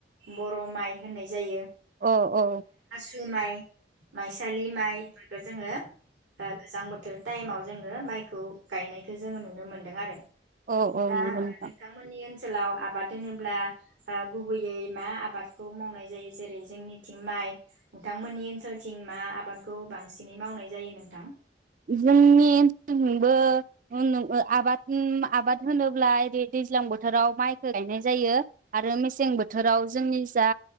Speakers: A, on the right (about 85°); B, on the right (about 45°).
A: बर' माइ होननाय जायो।
B: अ अ
A: जुमाइ माइसालि माइफोरखौ जोङो ओ गोजां बोथोर टाइमाव जोङो माइखौ गायनायखौ जोङो नुनो मोन्दों आरो।
B: औ औ
A: दा
B: नंगौ नोंथां
A: नोंथांमोननि ओनसो सोलाव आबाद दोनोब्ला ओ गुबैयै मा आबादखौ मावनाय जायो जेरै जोंनिथिं माइ नोंथांमोननि ओनसोलथिं मा आबादखौ बांसिनै मावनाय जायो नोंथां?
B: जोंनि ओनसोलथिंबो उनु ओ आबाद उम आबाद होनोब्ला एरै दैज्लां बोथोराव माइखो गायनाय जायो आरो मेसें बोथोराव जोंनि जा